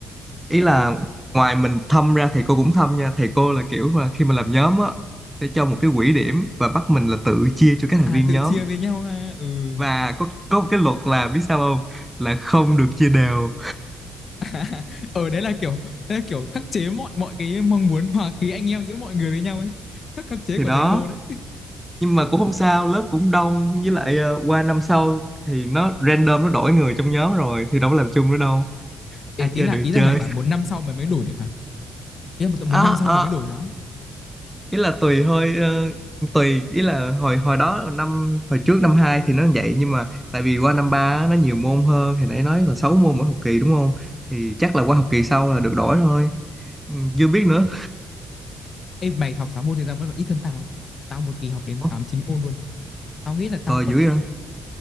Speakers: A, in the centre; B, on the left.
A: ý là ngoài mình thâm ra thầy cô cũng thâm nha thầy cô là kiểu mà khi mà làm nhóm á sẽ cho một cái quỹ điểm và bắt mình là tự chia cho các thành
B: à
A: viên
B: tự
A: nhóm
B: chia với nhau ha ừ
A: và có có một cái luật là biết sao không là không được chia đều
B: <laughs> ở đấy là kiểu đấy là kiểu khắc chế mọi mọi cái mong muốn hòa khí anh em giữa mọi người với nhau ấy khắc khắc chế
A: thì
B: của
A: đó
B: thầy cô đấy
A: nhưng mà cũng không sao lớp cũng đông với lại ờ, qua năm sau thì nó random nó đổi người trong nhóm rồi thì đâu có làm chung nữa đâu ai
B: Ê, tí
A: chơi
B: là
A: được
B: ý
A: thì
B: là
A: chơi
B: mày bảo một năm sau mày mới đổi được hả ý là một, một
A: à,
B: năm sau mày
A: à,
B: mới đổi hả
A: ý là tùy thôi ờ, tùy ý là hồi hồi đó năm hồi trước năm 2 thì nó vậy nhưng mà tại vì qua năm 3 á, nó nhiều môn hơn thì nãy nói là 6 môn mỗi học kỳ đúng không thì chắc là qua học kỳ sau là được đổi thôi ừ, chưa biết nữa
B: Ê, mày học 6 môn thì ra vẫn còn ít hơn tao ấy. Tao một kỳ học đến 8
A: Ủa,
B: 9 môn luôn. Tao nghĩ là tao
A: tồi
B: còn
A: dữ
B: chịu
A: vậy
B: nhận.